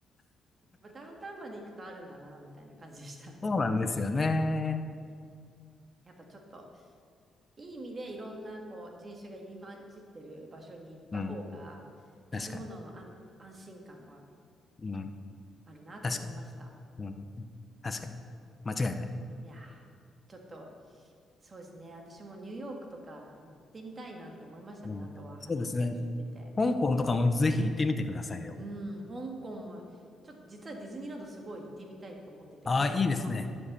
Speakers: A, on the right; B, on the left.
A: <laughs> まあダウンタウンまで行くとあるんだな、みたいな感じでした。
B: そうなんですよね。
A: やっぱちょっと、いい意味でいろんなこう人種が入り混じってる場所に行った方が、
B: うん。確か
A: 食べ物の安、安心感は
B: に。うん。
A: あるなと思いました。
B: 確かに。うん。確かに。間違いない。
A: いやー、ちょっと、そうですね。私もニューヨークとか行ってみたいなって思いましたね。
B: うん。
A: あとは話を聞いてて。
B: そうですね。香港とかもぜひ行ってみてくださいよ。
A: うん、香港も、ちょっと実はディズニーランドすごい行ってみたいって思ってて、
B: ああ、
A: 香港の。
B: いいですね。